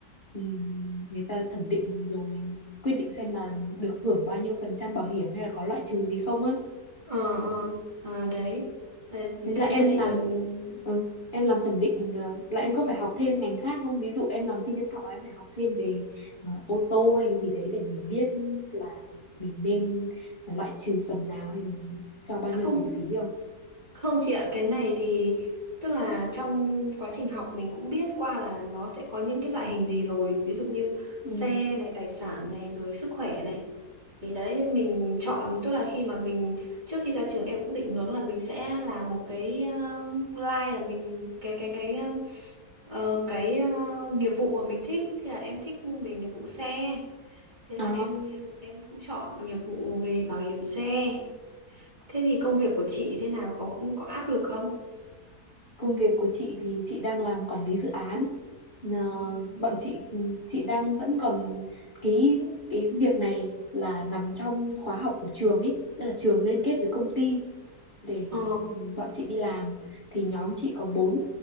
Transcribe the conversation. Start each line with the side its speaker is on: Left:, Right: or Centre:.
Left: ừm, người ta thẩm định rồi quyết định xem là được hưởng bao nhiêu phần trăm bảo hiểm hay là có loại trừ gì không á
Right: ờ ờ à, đấy Đấy,
Left: thế
Right: thế
Left: là em
Right: là chị
Left: làm
Right: là
Left: ừ, em làm thẩm định ờ, là em có phải học thêm ngành khác không ví dụ em làm phi nhân thọ em phải học thêm về ờ, ô tô hay gì đấy để mình biết là mình nên loại trừ phần nào hay mình cho bao
Right: không
Left: nhiêu tiền phí không
Right: không chị ạ cái này thì tức là trong quá trình học mình cũng biết qua là nó sẽ có những cái loại hình gì rồi ví dụ như
Left: ừ.
Right: xe này tài sản này rồi sức khỏe này thì đấy mình chọn tức là khi mà mình trước khi ra trường em cũng định hướng là mình sẽ làm một cái uh, line là mình cái cái cái Ờ, cái ờ, nghiệp vụ mà mình thích thì là em thích về nghiệp vụ xe thế là
Left: À,
Right: em em cũng chọn nghiệp vụ về bảo hiểm xe thế thì công việc của chị thế nào có cũng có áp lực không
Left: công việc của chị thì chị đang làm quản lý dự án Ờ,
Right: Ừ.
Left: bọn chị ừ, chị đang vẫn còn cái cái việc này là nằm trong khóa học của trường ấy tức là trường liên kết với công ty để
Right: ờ
Left: ừ, bọn chị đi làm thì nhóm chị có 4